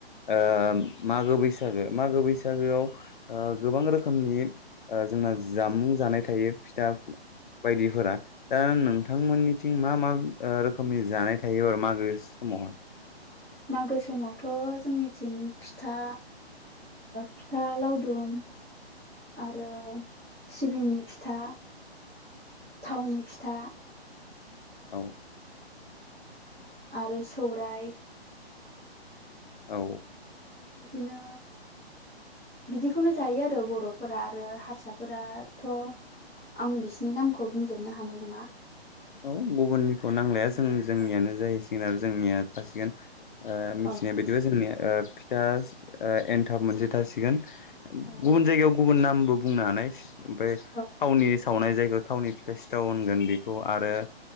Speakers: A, on the left; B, in the centre.
A: ओ मागो बैसागो मागो बैसागोआव ओ गोबां रोखोमनि ओ जोंना जामुं जानाय थायो फिथा बायदिफोरा दा नोंथांमोननिथिं मा मा रोखोमनि जानाय थायो आरो मागो समावहाय
B: मागो समावथ' जोंनिथिं फिथा फिथा लावदुम आरो सिबिंनि फिथा थावनि फिथा
A: औ
B: आरो सौराइ
A: औ
B: बिदिनो बिदिखौनो जायो आरो बर'फोरा आरो हारसाफोराथ' आं बिसिनि नामखौ बुंजोबनो हानाय नङा
A: औ गुबुननिखौ नांलाया
B: बिसोरो
A: जों जोंनियानो
B: औ
A: जाहैसिगोन आरो जोंनिया थासिगोन ओ मिथिनाय
B: औ
A: बायदिबा जोंनिया ओ फिथा ओ एन्थाब मोनसे थासिगोन
B: औ
A: गुबुन जायगायाव गुबुन नामबो बुंनो हानाय ओमफाय थावनि
B: औ
A: सावनाय जायगायाव थावनि फिथा सिथाव होनगोन औ आरो